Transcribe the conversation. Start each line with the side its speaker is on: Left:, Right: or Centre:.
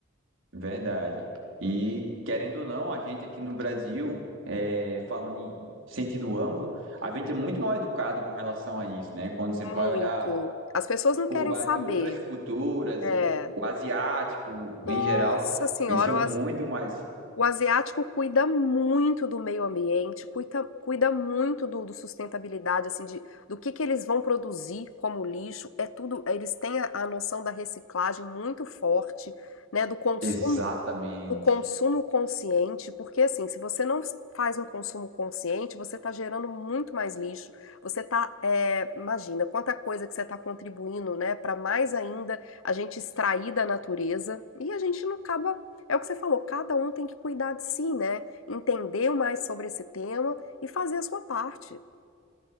Right: Verdade. E querendo ou não, a gente aqui no Brasil, é, falando em sentido amplo, a gente é muito mal educado com relação a isso, né? Quando você vai
Left: Muito.
Right: olhar
Left: As pessoas não
Right: por
Left: querem
Right: base
Left: saber.
Right: em outras culturas,
Left: É.
Right: o, o asiático
Left: Nossa
Right: em geral,
Left: senhora,
Right: eles são
Left: o
Right: muito mais.
Left: O asiático cuida muito do meio ambiente, cuida, cuida muito do, do sustentabilidade, assim, de, do que, que eles vão produzir como lixo. É tudo, eles têm a, a noção da reciclagem muito forte, né, do consumo
Right: Exatamente.
Left: do consumo consciente, porque assim, se você não faz um consumo consciente, você está gerando muito mais lixo. Você está, é, imagina, quanta coisa que você está contribuindo, né, para mais ainda a gente extrair da natureza e a gente não acaba. É o que você falou, cada um tem que cuidar de si, né? Entender mais sobre esse tema e fazer a sua parte.